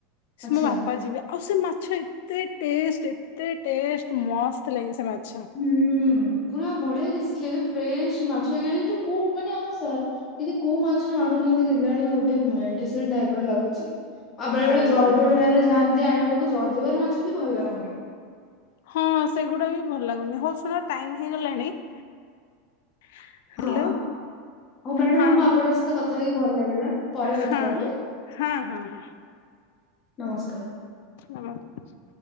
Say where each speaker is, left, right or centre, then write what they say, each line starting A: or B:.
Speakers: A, on the left; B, on the left.
A: ସେ
B: ଆଚ୍ଛା
A: ମୋ ବାପାଯିବେ ଆଉ ସେ ମାଛ ଏତେ ଟେଷ୍ଟେ ଏ। ଏତେ ଟଷ୍ଟେ ମସ୍ତ ଲାଗେ ସେମାଛ।
B: ହୁଁ ପୁରା ବଢିଆ ରିକ୍ସ ଲାଗେ ଫ୍ରେଶ ମାଛଇ ଏଟା କଉ ମାନେ ଆମ। ଏମିତି କୋଉ ମାଛ ଆଣୁଛନ୍ତି କେଜାଣି ଗୋଟେ ମେଡିସିନ ଟାଇପ ର ଲାଗୁଛି। ଆଉ ବେଳେ
A: ହଁ।
B: ବେଳେ ଜୟଦେବବିହାର ରେ ଯାଆନ୍ତି ଆଣିବାକୁ ଜୟଦେବବିହାର ମାଛ ବି ଭଲ ଲାଗୁନି।
A: ହଁ ସେଗୁଡା ବି ଭଲ ଲାଗୁନି ହଉ ଶୁଣ ଟାଇମ୍ ହେଇଗଲାଣି। ହ୍ୟାଲୋ।
B: ହଁ ହଉ ମ୍ୟାଡାମ
A: ହଁ
B: ଆପଣଙ୍କ ସହିତ କଥା ହେଇକି ଭଲ ଲାଗିଲା ପରେ
A: ହଁ
B: କଥା ହବୁ।
A: ହଁ ହଁ ହଁ।
B: ନମସ୍କାର।
A: ନମସ୍କାର।